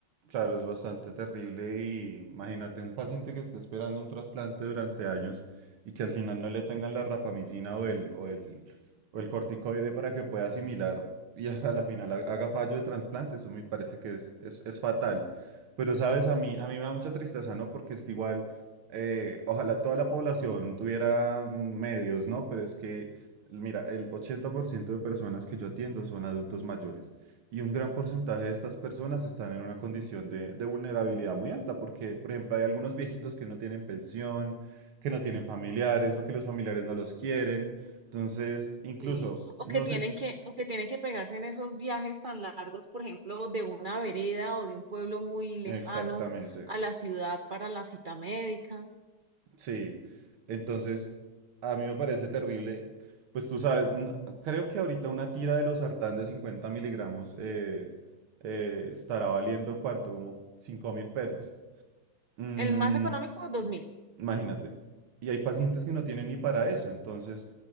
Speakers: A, on the right; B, on the right.
A: Claro, es bastante terrible y imagínate un paciente que esté esperando un trasplante durante años y que al final no le tengan la rapamicina o el, o el, o el corticoide para que pueda asimilar y <laughs> a la final ha- haga fallo de trasplante. Eso me parece que es, es, es fatal. Pero sabes, a mí, a mí me da mucha tristeza, ¿no? Porque es que igual, eh, ojalá toda la población tuviera mm, medios, ¿no? Pero es que, mira, el 80% de personas que yo atiendo son adultos mayores. Y un gran porcentaje de estas personas están en una condición de, de vulnerabilidad muy alta, porque, por ejemplo, hay algunos viejitos que no tienen pensión, que no tienen familiares o que los familiares no los quieren. Entonces, incluso,
B: Sí, O
A: no
B: que tienen
A: sé
B: que, o que tienen que pegarse en esos viajes tan largos, por ejemplo, de una vereda o de un pueblo muy lejano
A: exactamente.
B: a la ciudad para la cita médica.
A: Sí. Entonces, a mí me parece terrible. Pues tú sabes, n- creo que ahorita una tira de los sartán de 50 miligramos eh, eh, estará valiendo cuánto, como cinco mil pesos. Mm,
B: El más económico, 2000.
A: Imagínate. Y hay pacientes que no tienen ni para eso. Entonces,